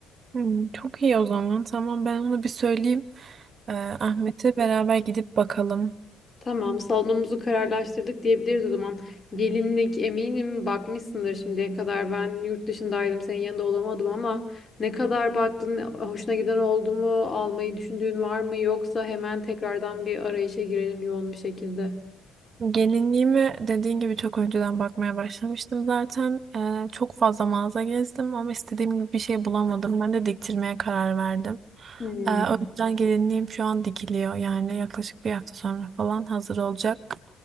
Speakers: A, on the right; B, on the left.
A: Hmm, çok iyi o zaman. Tamam ben onu bir söyleyeyim. E, Ahmet'e beraber gidip bakalım.
B: Tamam, salonumuzu kararlaştırdık diyebiliriz o zaman. Gelinlik eminim bakmışsındır şimdiye kadar. Ben yurt dışındaydım, senin yanında olamadım ama ne kadar baktın, hoşuna giden oldu mu, almayı düşündüğün var mı yoksa hemen tekrardan bir arayışa girelim yoğun bir şekilde.
A: Gelinliğimi dediğin gibi çok önceden bakmaya başlamıştım zaten. Ee, çok fazla mağaza gezdim ama istediğim gibi bir şey bulamadım. Ben de diktirmeye karar verdim.
B: Hmm.
A: Ee, o yüzden gelinliğim şu an dikiliyor. Yani yaklaşık bir hafta sonra falan hazır olacak.